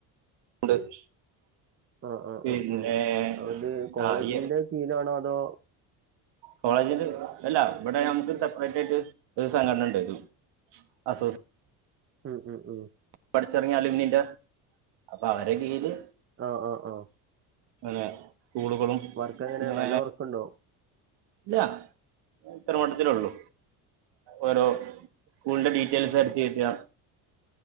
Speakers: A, on the right; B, on the right.
A: <unintelligible>
B: ഓഹ് ഓഹ്
A: പിന്നെ
B: ഓഹ് ഓഹ് അത് കോളേജിന്റെ
A: ആ ഈ
B: കീഴാണോ അതോ
A: കോളേജില് അല്ല ഇവിടെ നമുക്ക് സെപ്പറേറ്റ് ആയിട്ട് ഒരു സംഘടന ഉണ്ടായിരുന്നു അസോസി
B: ഉം ഉം ഉം
A: പഠിച്ചിറങ്ങിയാലും നിൻ്റെ അപ്പൊ അവരുടെ കീഴില്
B: ഓ ഓ ഓഹ്
A: അതേ സ്കൂളുകളും
B: വർക്ക് എങ്ങനെ
A: പിന്നെ
B: നല്ല വർക്കുണ്ടോ
A: ഇല്ല ഇത്രമട്ടത്തില ഉള്ളൂ ഓരോ സ്കൂളിന്റെ ഡീറ്റെയിൽസ് അടിച്ച് കേറ്റുക